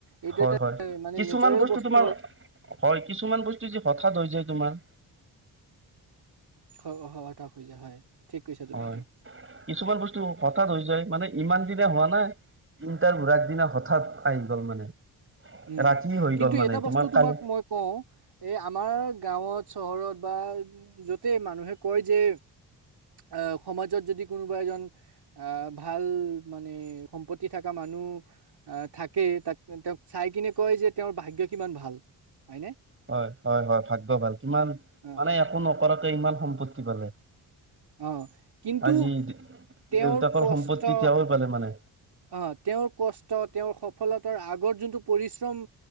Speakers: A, on the right; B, on the right.
A: এইটো
B: হয়
A: এটা এ, মানে
B: কিছুমান
A: নেচাৰেল
B: বস্তু তোমাৰ
A: হয়
B: হয় কিছুমান বস্তু যি হঠাৎ হৈ যায় তোমাৰ
A: খ অহা এটা খোজা হয়। ঠিক কৈছা তুমি
B: হয়
A: এইটো
B: কিছুমান বস্তু হঠাৎ হৈ যায়। মানে ইমান দিনে হোৱা নাই, ইণ্টাৰভ ঘোৰাদিনা হঠাৎ আহি গ'ল মানে।
A: উম,
B: ৰাতি হৈ
A: কিন্তু
B: গ'ল মানে
A: এটা
B: তোমাৰ
A: বস্তু
B: কালি
A: তোমাক মই কওঁ এ আমাৰ গাঁৱত চহৰত বা উ যাতে মানুহে কয় যে আঁহ সমাজত যদি কোনোবা এজন আঁহ ভাল মানে সম্পত্তি থকা মানুহ। মানুহ আঁহ থাকে তাক তেওঁক চাই কিনে কয় যে তেওঁৰ ভাগ্য কিমান ভাল। হয়নে
B: হয় হয় হয় ভাগ্য ভাল কিমান
A: অ
B: মানে একো নকৰাকে ইমান সম্পত্তি পালে।
A: আঁহ কিন্তু
B: আজি
A: তেওঁৰ
B: দেউতাকৰ
A: কষ্ট
B: সম্পত্তি তেওঁৱে পালে মানে
A: অঁ তেওঁৰ কষ্ট, তেওঁৰ সফলতাৰ, আগৰ যোনটো পৰিশ্ৰম